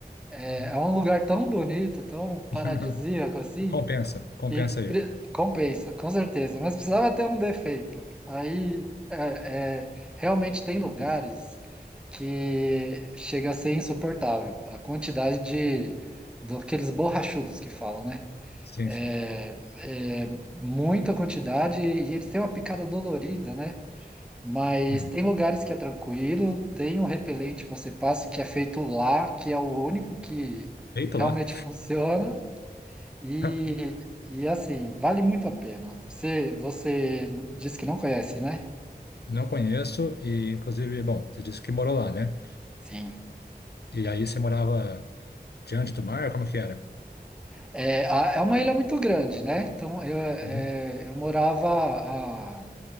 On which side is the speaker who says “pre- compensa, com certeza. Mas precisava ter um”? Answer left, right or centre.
Centre